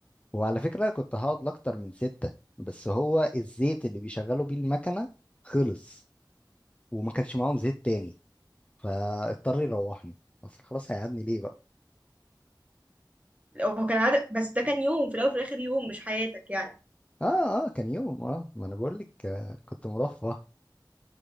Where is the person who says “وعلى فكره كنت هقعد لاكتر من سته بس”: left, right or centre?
Left